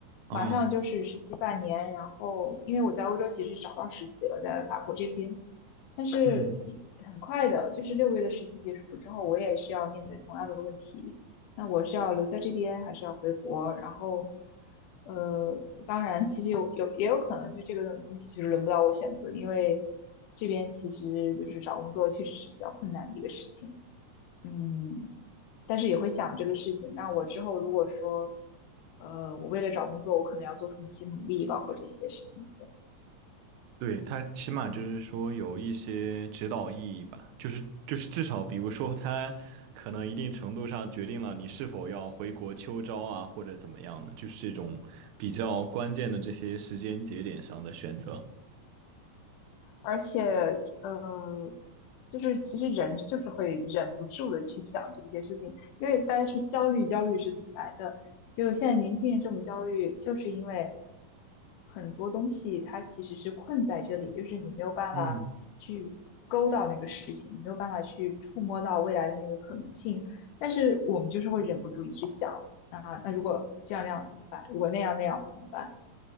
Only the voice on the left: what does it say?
马上就是实习半年，然后因为我在欧洲其实找到实习了，在法国这边，但是一很快的，
就是六个月的实习结束之后，我也是要面对同样的问题，那我是要留在这边，还是要回国？然后，呃，当然，其实有有也有可能，就这个东西其实轮不到我选择，因为这边其实就是找工作确实是比较困难的一个事情。嗯，但是也会想这个事情。那我之后如果说，呃，我为了找工作，我可能要做出一些努力，包括这些事情。对，
而且，嗯。就是其实人就是会忍不住的去想这些事情，因为大家说焦虑，焦虑是怎么来的？就现在年轻人这么焦虑，就是因为很多东西它其实是困在这里，就是你没有办法去勾到那个事情，
你没有办法去触摸到未来的那个可能性，但是我们就是会忍不住一直想啊，那如果这样那样怎么办？如果那样那样怎么办？